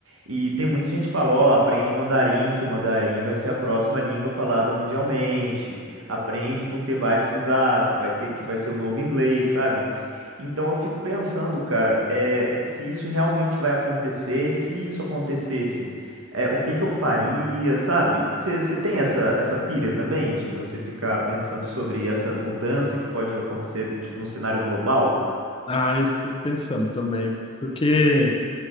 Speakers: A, on the right; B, on the left.
A: E tem muita gente que fala, ó, aprende mandarim, que o mandarim vai ser a próxima língua falada mundialmente. Aprende porque vai precisar, você vai ter que vai ser o novo inglês, sabe? Então eu fico pensando, cara, é, se isso realmente vai acontecer, se isso acontecesse, é, o que que eu faria, sabe? Você tem essa, essa pilha também de você ficar pensando sobre essa mudança que pode acontecer, tipo, no cenário global?
B: Ah, eu fico pensando também, porque